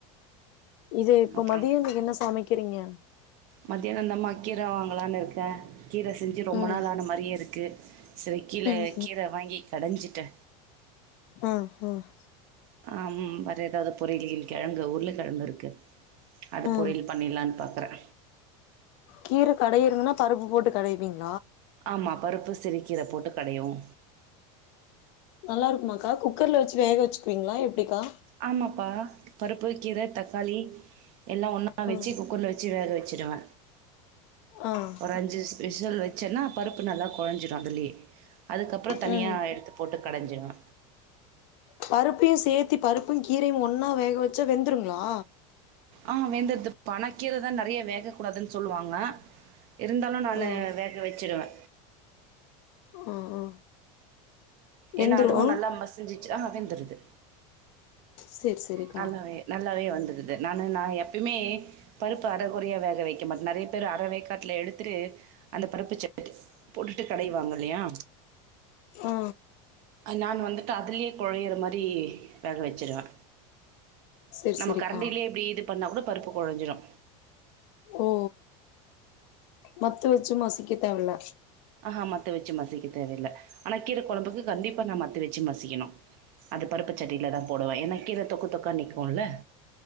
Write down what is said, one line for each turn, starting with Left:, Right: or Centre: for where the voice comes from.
Left: இது இப்ப
Right: அப்புறம்
Left: மதியம்த்துக்கு என்ன சமைக்கிறீங்க
Right: மதியானந்தமா கீர வாங்களலான்னு இருக்கே கீரை செஞ்சு ரொம்ப
Left: ம்
Right: நாள் ஆன மாதிரியே இருக்கு சில கீழே
Left: ம்
Right: கீரை வாங்கி கடைஞ்சிட்டு
Left: ஆஹ் ஆஹ்
Right: ஆம் வேற ஏதாவது பொரியில் கிழங்கு உருளகிழங்கு இருக்கு அது
Left: ஆ
Right: பொரியில் பண்ணலான்னு பாக் ன்றே
Left: கீர கடையிரதுன்னா பருப்பு போட்டு கடைவீங்க
Right: ஆமா பருப் சிருக்கீரப் போட்டு கடையுவோ
Left: நல்லா இருக்குமாக்கா குக்கர்ல வச்சு வேக வச்சுக்குவீங்களா எப்பிடிக்கா
Right: ஆமாப்பா பருப்பு கீர தக்காளி எல்லா ஒன்னா வெச்சு
Left: ஆ
Right: குக்கர்ல வெச்சு வேக வெக் வெச்சிடுவ
Left: ஆ
Right: ஒரு அஞ்சு விசல் வச்சேன்னா பருப்பு நல்லா குழஞ்சிடு அதுலயே அதுக்கப்புறோ தனியா
Left: ம்
Right: எடுத்து போட்டு கடைஞ்சிருவே
Left: பருப்பையு சேத்து பருப்பும் கீரையும் ஒன்னா வேக வச்சா வெந்துருங்களா
Right: ஆஹ் வேந்தது அனா கீரதா நெறையா வேக்கூடாதுன்னு சொல்லுவாங்க இருந்தாலு நானு
Left: ம்
Right: வேக வெச்சுடுவே
Left: ஆ ஆ வெந்துரு
Right: ஏன்னா அதுவு
Left: ஆ
Right: நல்லா மசிஞ்சு ஆ வெந்துருது
Left: சேரி சேரிக்கா
Right: நல்லாவே நல்லாவே வந்தருது நானு நா எப்பயுமே பருப்பு அரைக்குறையா வேக வைக்க மாட்டே நறைய பேரு அற வேக்காட்டுல எடுத்துட்டு அந்த பருப்பு <inaudible> போட்டுட்டு கடைவாங்கல்லையா
Left: ஆ
Right: நான் வந்துட்டு அதுலயே கொழையிற மாதிரி வேக வச்சிருவே
Left: சேரி
Right: நம்ம
Left: சேரிக்கா
Right: கரண்டிலயே இப்பிடி இது பண்ணா கூட பருப்பு குழஞ்சிடு
Left: ஓ மத்து வச்சு மசிக்க தேவல்ல
Right: ஆஹா மத்து வச்சு மசிக்க தேவையில்ல ஆனா கீர கொழம்புக்கு கண்டிப்பா நா மத்து வச்சு மசிக்கணு அது பருப்பு சட்டில தா போடுவே ஏன்னா கீரை தொக்கு தொக்கா நிக்குல்ல